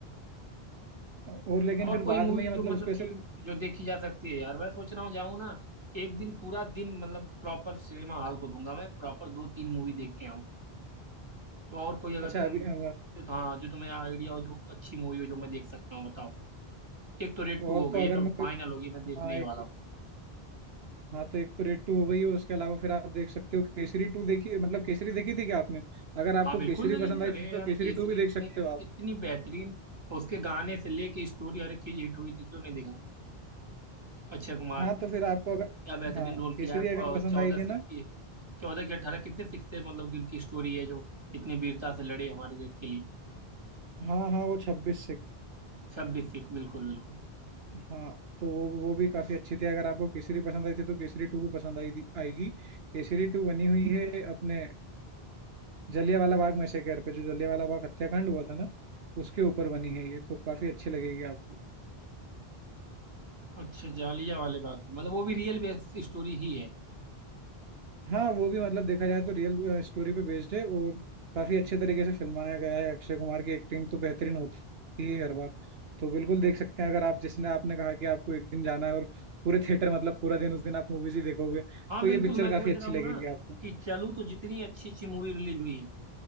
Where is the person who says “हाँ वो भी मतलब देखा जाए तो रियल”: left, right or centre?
Right